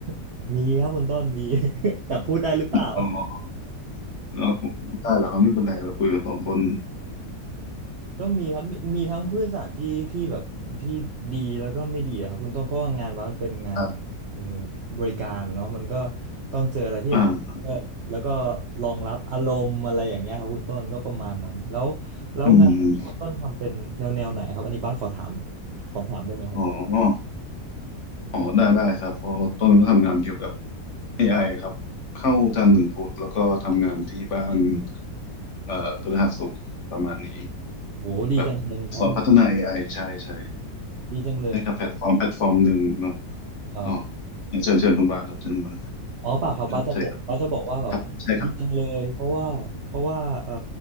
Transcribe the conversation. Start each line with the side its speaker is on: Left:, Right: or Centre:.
Right: <laughs> มีครับคุณต้นมี <laughs> แต่พูดได้หรือเปล่า
Left: อ๋อเอาได้เหรอครับไม่เป็นไรเราคุยกันสองคน
Right: ก็มีครับมีมีทั้งผู้โดยสารที่ที่แบบที่ดีแล้วก็ไม่ดีอะครับคุณต้นเพราะว่างานวัดมันเป็นงานเอ่อ
Left: ครับ
Right: บริการอะเนาะมันก็ต้องเจออะไรที่อยากก็แล้วก็
Left: อ่า
Right: รองรับอารมณ์อะไรอย่างเงี้ยครับคุณต้นก็ประมาณนั้นแล้วแล้วงานที่คุณต้นทำเป็นแนวแนวไหนครับอันนี้บัสขอถาม
Left: อืม
Right: ขอถามได้ไหมครับ
Left: อ๋ออ๋อได้ได้ครับเพราะต้นก็ทำงานเกี่ยวกับ AI ครับเข้าจันทร์ถึงพุธแล้วก็ทำงานที่บ้าน เอ่อพฤหัสศุกร์ประมาณนี้
Right: โอ้ดีจังเลยครับคุณ
Left: แบบสอนพัฒนา AI ใช่ใช่
Right: ดีจังเลย
Left: ให้กับแพลตฟอร์มแพลตฟอร์มหนึ่งเนาะ
Right: ครับ
Left: อ๋อเชิญเชิญคุณบาทครับเชิญคุณบาท
Right: อ๋อเปล่าครับบ้าสจะบอกบ้าสจะบอกว่าแบบดีจังเลยเพราะว่าเพราะว่าเอ่อ
Left: ครับใช่ครับครับใช่ครับ